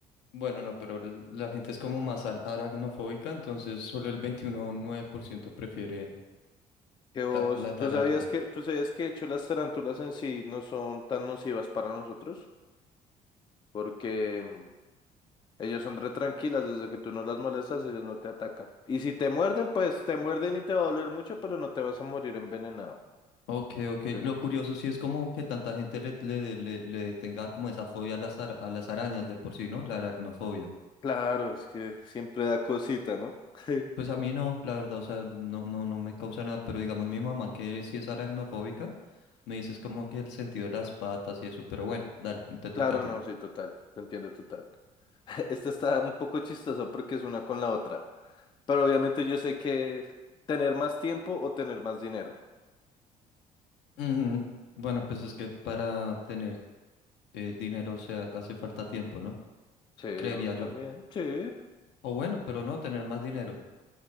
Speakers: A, on the left (about 60°); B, on the left (about 20°).
A: Bueno, no, pero l- la gente es como más ar- aracnofóbica, entonces solo el 21.9% prefiere
B: Que vos,
A: la, la tarántula.
B: ¿tú sabías que, tú sabías que de hecho las tarántulas en sí no son tan nocivas para nosotros? porque mm, ellos son re tranquilas, desde que tú no las molestas, ellos no te atacan. Y si te muerden, pues te muerden y te va a doler mucho, pero no te vas a morir envenenado.
A: Ok, ok.
B: Sí.
A: Lo curioso sí es como que tanta gente le, le, le, le tenga como esa fobia a las, ar- a las arañas de por sí, ¿no? La aracnofobia.
B: Claro, es que siempre da cosita, ¿no? <laughs>
A: Pues a mí no, la verdad, o sea, no, no, no me causa nada, pero digamos mi mamá que sí es aracnofóbica, me dices como que el sentido de las patas y eso, pero bueno, dale, te
B: Claro,
A: toca a ti.
B: no, sí, total, te entiendo total. <laughs> Esta está un poco chistosa porque es una con la otra, pero obviamente yo sé que tener más tiempo o tener más dinero.
A: Mm, bueno, pues es que para tener eh, dinero, o sea, hace falta tiempo, ¿no?
B: Sí,
A: Creería
B: o
A: yo.
B: también, sí.
A: O bueno, pero no, tener más dinero.